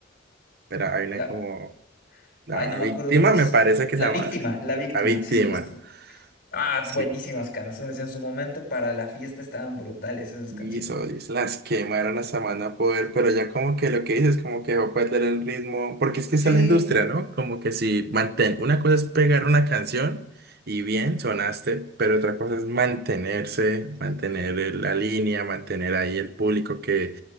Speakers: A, on the right (about 55°); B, on the left (about 50°).
A: Pero hay una
B: La...
A: como.
B: Ay,
A: La
B: no me
A: Víctima,
B: acuerdo cómo es...
A: me parece que
B: La
A: se llama.
B: Víctima, la Víctima,
A: La Víctima.
B: sí, justo. Ah,
A: sí
B: buenísimas canciones. En su momento para la fiesta estaban brutales esas canciones.
A: Y Solis las quemaron a Samana Poder, pero ya como que lo que dices, como que va a perder el ritmo, porque es que esa
B: Sí,
A: es la industria, ¿no? Como que si mantén, una cosa es pegar una canción y bien, sonaste, pero otra cosa es mantenerse, mantener el- la línea, mantener ahí el público que